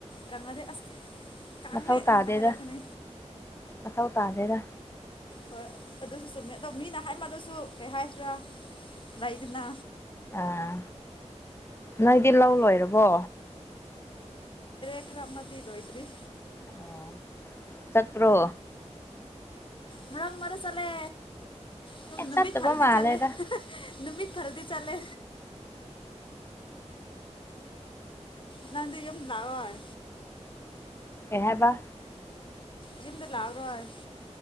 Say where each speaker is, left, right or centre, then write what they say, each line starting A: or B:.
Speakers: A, on the left; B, on the left.
A: ꯀꯪꯉꯗꯤ ꯑꯁ ꯀꯪꯉꯦ
B: ꯃꯊꯧ ꯇꯥꯗꯦꯗ
A: ꯑꯃꯨꯛꯀ ꯍꯥꯏꯔꯛꯀꯅꯤ
B: ꯃꯊꯧ ꯇꯥꯗꯦꯗ
A: ꯍꯣꯏ ꯑꯗꯨꯁꯨ ꯆꯨꯝꯃꯤ ꯑ ꯃꯤꯅ ꯍꯥꯏꯃꯜꯂꯁꯨ ꯀꯩ ꯍꯥꯏꯁꯤ꯭ꯔꯥ ꯂꯩꯗꯨꯅ
B: ꯑꯥ ꯅꯣꯏꯗꯤ ꯂꯧ ꯂꯣꯏꯔꯕꯣ
A: ꯈꯔꯞ ꯑꯃꯗꯤꯗꯤ ꯂꯣꯏꯗ꯭ꯔꯤ
B: ꯑꯣ ꯆꯠꯇ꯭ꯔꯣ
A: ꯃꯥꯡ ꯃꯔꯔꯁ ꯑꯂꯦ ꯇ
B: ꯑꯦ
A: ꯅꯨꯃꯤꯠ
B: ꯆꯠꯇꯕ
A: ꯐꯔꯨꯗꯤ
B: ꯃꯥꯜꯂꯦꯗ
A: ꯆꯂꯦ ꯅꯨꯃꯤꯠ ꯐꯔꯨꯗꯤ ꯆꯂꯦ ꯅꯪꯗꯤꯝ ꯂꯥꯛꯑꯣꯏ
B: ꯑꯦꯍꯦꯕ
A: ꯌꯨꯝꯗ ꯂꯥꯛꯔꯣꯏ